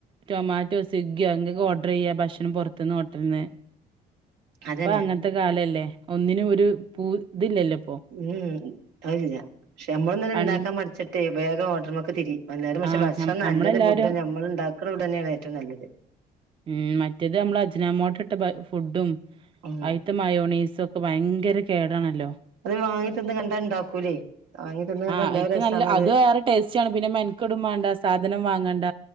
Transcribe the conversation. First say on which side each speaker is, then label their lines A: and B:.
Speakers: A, on the right (about 30°); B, on the right (about 85°).
A: ടൊമാറ്റോ സ്വിഗ്ഗിയോ എന്തിക്കെ ഓർഡർ ചെയ്യ ഭക്ഷണം പൊറത്ത് ത്ത്ന്ന് ഹോട്ടൽന്ന്
B: അതന്നെ
A: ഇപ്പൊ അങ്ങത്തെ കാലല്ലേ ഒന്നിനും ഒരു പൂ ഇതില്ലല്ലോ പ്പൊ
B: ഉം ഉം അതില്ല പക്ഷെ നമ്മളെന്നെ
A: പൺ
B: ണ്ടാക്കാ മടിച്ചിട്ട് വേഗം ഓർഡർമക്ക്‌ ക്ക്‌ തിരി അന്നേരം പക്ഷെ
A: ആഹ്
B: ഭക്ഷണം
A: ഞം
B: നല്ലത്
A: നമ്മളെല്ലാരും
B: ഫുഡ് ഞമ്മള് ഉണ്ടാക്കുന്ന ഫുഡ്ന്നെയാണ് ഏറ്റവും നല്ലത്
A: മ് മറ്റേതമ്മള് അജിനാമൊട്ട ഇട്ട ബ ഫുഡും
B: ഉം
A: അയിത്ത മയോണീസുക്കെ ബയങ്കര കേടാണല്ലോ
B: അത് വാങ്ങി തിന്ന് കണ്ടാ ഇണ്ടാക്കൂലേ വാങ്ങി തിന്ന് കണ്ടാ
A: ആ
B: എന്താ
A: ഇത്
B: രസാണത്
A: നല്ല അത് വേറെ ടേസ്റ്റാണ് പിന്നെ മെൻകെടും മാണ്ട സാധനം വാങ്ങണ്ട